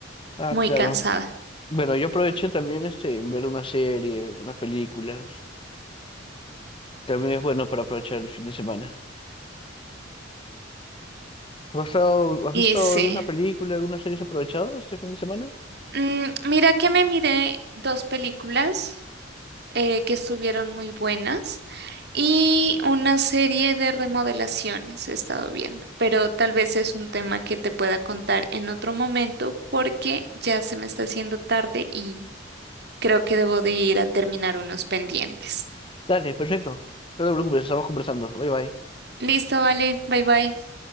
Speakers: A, on the left; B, on the right.
A: ah,
B: muy
A: claro.
B: cansada.
A: Bueno, yo aproveché también este, en ver una serie, unas películas. También es bueno para aprovechar el fin de semana. ¿Tú has estado- has
B: Y
A: visto
B: sí,
A: alguna película, alguna serie has aprovechado este fin de semana?
B: Mm, mira que me miré dos películas. eh, que estuvieron muy buenas y una serie de remodelaciones he estado viendo, pero tal vez es un tema que te pueda contar en otro momento porque ya se me está haciendo tarde y creo que debo de ir a terminar unos pendientes.
A: Dale, perfecto. No te preocupes, estamos conversando. Bye bye.
B: Listo, vale, bye bye.